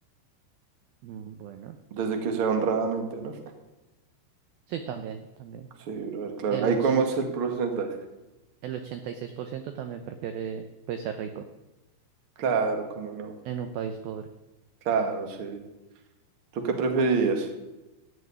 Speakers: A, on the right; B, on the right.
A: Mm, Bueno,
B: Desde que sea honradamente, ¿no?
A: sí, también, también.
B: Sí, brother, claro.
A: El
B: Ahí
A: 80,
B: cómo es el porcentaje.
A: el 86% también prefiere pues ser rico
B: Claro, cómo no.
A: en un país pobre.
B: Claro, sí. ¿Tú qué preferirías?